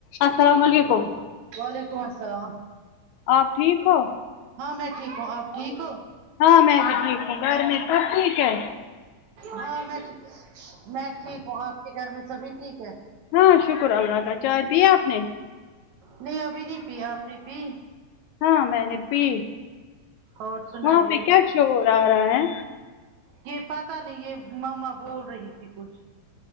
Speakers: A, on the left (about 75°); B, on the right (about 75°).
A: اسلام علیکم
B: وعلیکم السلام
A: آپ ٹھیک ہو
B: ہاں میں ٹھیک ہوں آپ ٹھیک ہو
A: ہاں میں بھی ٹھیک ہوں گھر میں سب ٹھیک ہے
B: ہاں میں میں ٹھیک ہوں آپ کے گھر میں سبھی ٹھیک ہے
A: ہاں شکر اللہ کا چائے پییا آپ نے
B: نہیں ابھی نہیں پیا اپنی پی
A: ہاں میں نے پی
B: اور سنائیے
A: وہاں پہ کیا شو ہو رہا رہا ہے
B: یہ پتا نہیں یہ ماما بول رہی تھی کچھ